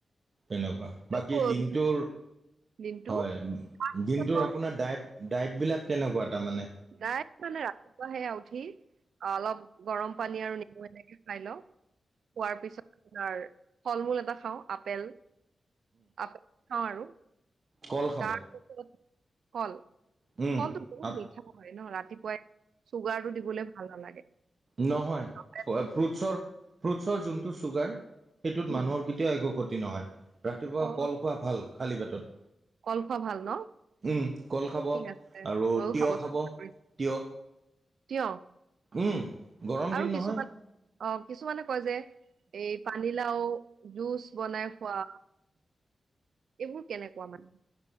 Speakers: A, on the right (about 45°); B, on the right (about 85°).
A: তেনেকুৱা। বাকী
B: হ'ল
A: দিনটোৰ
B: দিনটো
A: হয়। দিনটোৰ
B: পিছত মই
A: আপোনাৰ ডাইট-ডাইট বিলাক কেনেকুৱা? তাৰমানে
B: ডাইট মানে ৰাতিপুৱা সেয়া উঠি, অলপ গৰম পানী আৰু নেমু এনেকে খাই লওঁ। খোৱাৰ পিছত আৰ, ফল-মূল এটা খাওঁ। আপেল আপেল খাওঁ আৰু
A: কল খাব
B: তাৰপিছত কল,
A: উম,
B: কলটো বহুত
A: আপ
B: মিঠা। হয় ন। ৰাতিপুৱাই চুগাৰটো দিবলে ভাল নালাগে।
A: নহয়।
B: কলটো
A: ফ্ৰুটছৰ, ফ্ৰুটছৰ যোনটো ছুগাৰ সেইটোত
B: উম
A: মানুহৰ কেতিয়াও একো ক্ষতি নহয়। ৰাতিপুৱা
B: অ
A: কল খোৱা ভাল, খালী পেটত।
B: কল খোৱা ভাল ন?
A: উম, কল খাব
B: ঠিক আছে
A: আৰু
B: ময়ো
A: তিয়হ খাব,
B: চেষ্টা কৰিম
A: তিয়হ।
B: তিয়হ
A: উম, গৰম
B: আৰু
A: দিন
B: কিছুমান
A: নহয়।
B: অ', কিছুমানে কয় যে, এই পানীলাও জুচ বনাই খোৱা এইবোৰ কেনেকুৱা মানে?